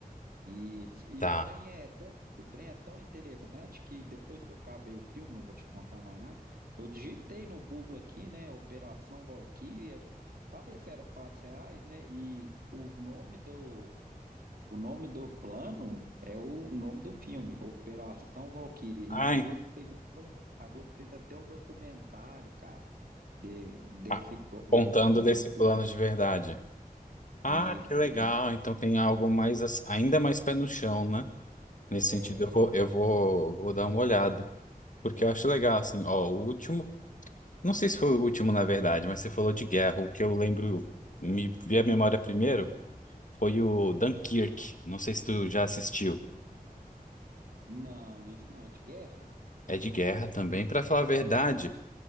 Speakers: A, on the right; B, on the left.
A: E, e
B: Tá.
A: o trem é tão, o trem é tão interessante que depois que eu acabei o filme, não vou te contar mais nada, eu digitei no Google aqui, né, Operação Valquíria, para ver se era fatos reais, né? E o nome do o nome do plano é o nome do filme, Operação Valquíria. E
B: Ah,
A: a Globo
B: en-
A: fez até um, a Globo fez até um documentário, cara, de, desse
B: ah,
A: go- desse
B: contando
A: plano
B: desse plano
A: que
B: de verdade.
A: isso
B: Ah, que legal.
A: aí
B: Então tem algo mais ass- ainda mais pé no chão, né? Nesse
A: é,
B: sentido, eu vou, eu vou, vou dar uma olhada. Porque eu acho legal, assim, ó, o último. Não sei se foi o último, na verdade, mas você falou de guerra. O que eu lembro, me vi a memória primeiro, foi o Dunkirk. Não sei se tu já assistiu.
A: não, isso não é de guerra.
B: É de guerra também. Pra falar a verdade,